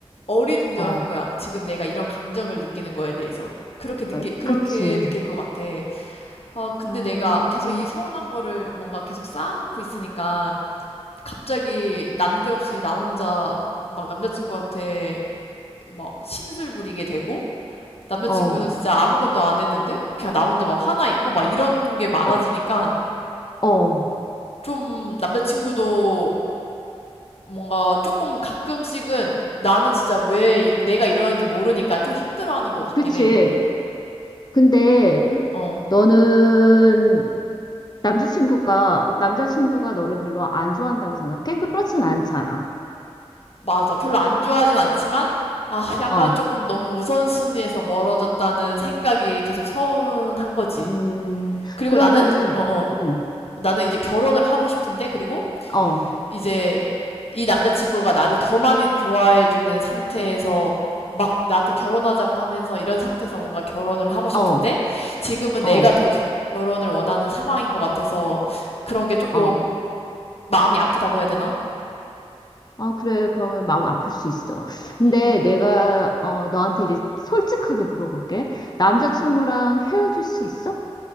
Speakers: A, on the left; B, on the left.
A: 어리둥절할
B: 어,
A: 거야. 지금 내가 이런 감정을 느끼는 거에 대해서. 그렇게 느끼,
B: 에,
A: 그렇게
B: 그치.
A: 느낄 것 같아. 아, 근데
B: 음,
A: 내가 계속 이 서운한 거를 뭔가 계속 쌓아놓고 있으니까, 갑자기 난데없이 나 혼자 막 남자친구한테 막 심술 부리게 되고, 남자친구는
B: 어,
A: 진짜 아무것도 안 했는데 그냥 나 혼자 막 화나 있고 막 이런 게 많아지니까
B: 어, 어,
A: 좀 남자친구도 뭔가 조금 가끔씩은 나는 진짜 왜 이- 내가 이러는지 모르니까 좀 힘들어하는 것 같긴
B: 그치.
A: 해.
B: 근데
A: 어,
B: 너는 남자친구가, 남자친구가 너를 별로 안 좋아한다고 생각해? 그렇진 않잖아.
A: 맞아. 별로 안 좋아하진 않지만 아, 약간
B: 어,
A: 조금 너무 우선순위에서 멀어졌다는 생각이 계속 서운한 거지.
B: 음,
A: 그리고
B: 그러면은,
A: 나는 어 어.
B: 음,
A: 나는 이제 결혼을 하고 싶은데 그리고
B: 어,
A: 이제 이 남자친구가 나를 더 많이 좋아해주는 상태에서 막 나한테 결혼하자고 하면서 이런 상태에서 뭔가 결혼을 하고 싶은데
B: 어,
A: 지금은 내가
B: 어,
A: 더 겨- 결혼을 원하는 상황인 것 같아서 그런 게 조금
B: 어.
A: 마음이 아프다고 해야 되나?
B: 아, 그래. 그러면 마음 아플 수 있어. 근데
A: 음,
B: 내가, 어, 너한테 이제 솔직하게 물어볼게. 남자친구랑
A: 응, 응.
B: 헤어질 수 있어?